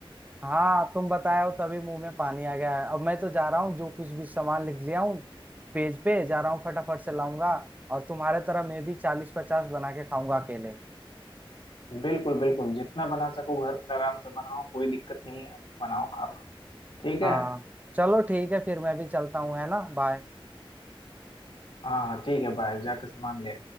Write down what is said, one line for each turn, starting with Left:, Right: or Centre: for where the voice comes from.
Right: हाँ तुम बताए हो तभी मुंह में पानी आ गया है अब मैं तो जा रहा हूँ जो कुछ भी सामान लिख लिया हूँ पेज पे जा रहा हूँ फटाफट से लाऊंगा और तुम्हारे तरह मैं भी चालीस पचास बना के खाऊंगा अकेले
Left: बिल्कुल बिल्कुल जितना बना सको घर पर आराम से बनाओ कोई दिक्कत नहीं है बनाओ खाओ ठीक है
Right: हाँ चलो ठीक है फिर मैं भी चलता हूँ है ना बाय
Left: हाँ ठीक है बाय जाके सामान ले